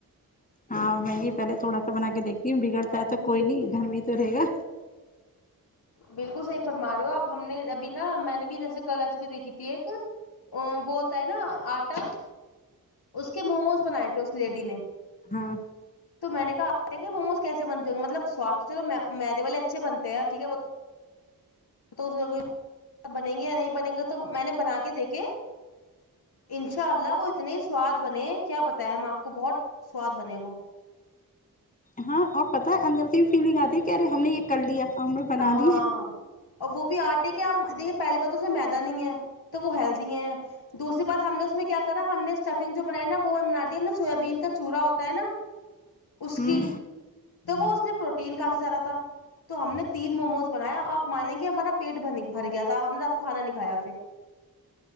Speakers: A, on the left; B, on the left.
A: ہاں میں یہ پہلے تھوڑا سا بنا کے دیکھتی ہوں بگڑتا
B: ہاں
A: ہے تو
B: جی
A: کوئی
B: بالکل
A: نہیں گھر
B: صحیح
A: میں ہی تو رہے گا
B: بالکل صحیح فرما رہے ہو آپ ہم نے ابھی نا میں نے بھی جیسے کل ریسیپی دیکھی تھی ایک ا وہ ہوتا ہے نہ آٹا اس کے موموز بنائے تھے اس لیڈی نے
A: ہاں
B: تو میں نے کہا آٹا کے موموز کیسے بنتے ہو گے مطلب سواد تو چلو میدے والے اچھے بنتے ہیں ٹھیک ہے تو اس بنیں گے یا نہیں بنیں گے تو میں نے بنا کے دیکھے انشاء اللہ وہ اتنے ہی سواد بنے کیا بتائے ہم آپ کو بہت سواد بنے وہ
A: ہاں اور پتہ ہے اندر سے بھی فیلنگ آتی ہے کہ ارے ہم نے یہ کر لیا ہم نے بنا
B: ہاں
A: لی
B: اور وہ بھی آٹے کیا آپ دیکھے پہلی بار تو اس میں میدا نہیں ہے تو وہ ہیلدی ہے دوسری بات ہم نے اس میں کیا کرا ہم نے اسٹفنگ جو بنائی نا وہ بنا دیا ہم نا سویابین کا چورا ہوتا ہے نا اس
A: ہوں
B: کی تو وہ اس میں پروٹین کافی زدہ تھا تو ہم نے تین موموز بنایا آپ مانیں گے ہمارا پیٹ بھر گیا تھا ہم نے رات کو کھانا نہیں کھایا پھر